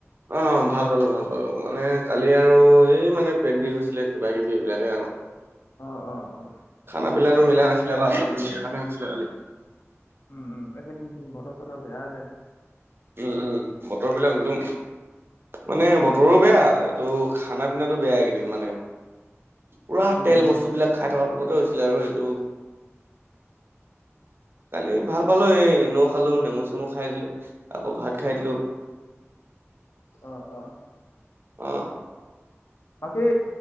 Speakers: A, on the right; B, on the left.
A: অ ভাল পালোঁ, ভাল পালোঁ মানে কালি আৰু এই মানে পেট বিষ হৈছিলে কিবা কিবি এইবিলাকে আৱ
B: অ অ অ
A: খানা বিলাক মিলা নাছিলে বা আচলতে যে সেইকাৰণে হৈছিলে কালি
B: উম উম এইদিন বতৰ-চতৰ বেয়া যে
A: উম উম বতৰবিলাক একদম মানে বতৰো বেয়া এইটো খানা পিনাটো বেয়া এইকেইদিন মানে পোৰা
B: উম
A: তেল
B: উম
A: বস্তু বিলাক খাই থকাৰ ফলতে হৈছিলে আৰু এইটো কালি ভাল পালো এই ইন'খালো নেমু-চেমু খাই দিলো আকৌ ভাত খাই দিলোঁ
B: আহ, অ।
A: অ
B: বাকী